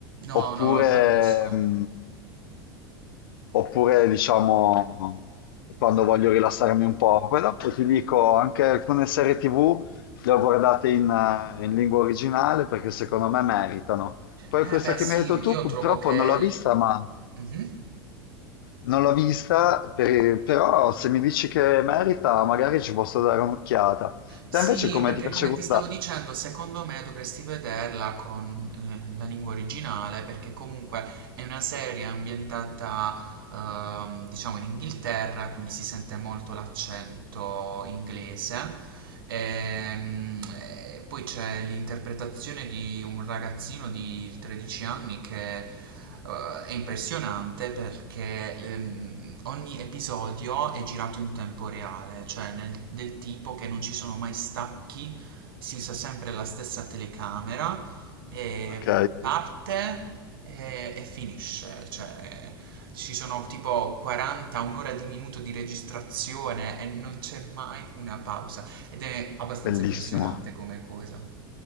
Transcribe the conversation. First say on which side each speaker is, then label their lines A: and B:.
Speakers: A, on the right; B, on the left.
A: No,
B: oppure,
A: no, capisco.
B: mh, oppure diciamo quando voglio rilassarmi un po'. Poi dopo ti dico, anche alcune serie TV le ho guardate in, eh, in lingua originale perché secondo me meritano. Poi
A: Eh
B: questa
A: beh
B: che
A: sì,
B: mi hai detto tu,
A: io
B: purtroppo
A: trovo che
B: non l'ho vista, ma
A: Mh-mh.
B: non l'ho vista, per- però se mi dici che merita, magari ci posso dare un'occhiata.
A: Sì,
B: Te invece come
A: perché
B: ti piace
A: come
B: guardare?
A: ti stavo dicendo, secondo me dovresti vederla con, ehm, la lingua originale, perché comunque è una serie ambientata ehm, diciamo in Inghilterra, quindi si sente molto l'accento inglese. Ehm, e poi c'è l'interpretazione di un ragazzino di 13 anni che eh, è impressionante perché ehm, ogni episodio è girato in tempo reale, cioè nel- del tipo che non ci sono mai stacchi, si usa sempre la stessa telecamera e
B: Ok,
A: parte e, e finisce, cioè ci sono tipo 40, un'ora di minuto di registrazione e non c'è mai una pausa ed è abbastanza
B: bellissimo.
A: impressionante come cosa.